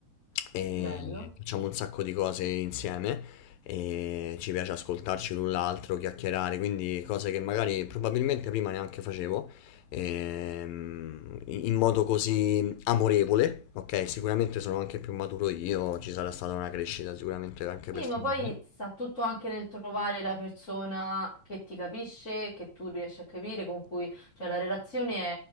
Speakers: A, on the left (about 90°); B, on the left (about 20°).
A: e
B: bello.
A: facciamo un sacco di cose insieme e ci piace ascoltarci l'un l'altro, chiacchierare, quindi cose che magari probabilmente prima neanche facevo ehm, in modo così amorevole, ok? Sicuramente sono anche più maturo io, ci sarà stata una crescita sicuramente anche personale.
B: Sì, ma poi sta tutto anche nel trovare la persona che ti capisce, che tu riesci a capire, con cui, cioè la relazione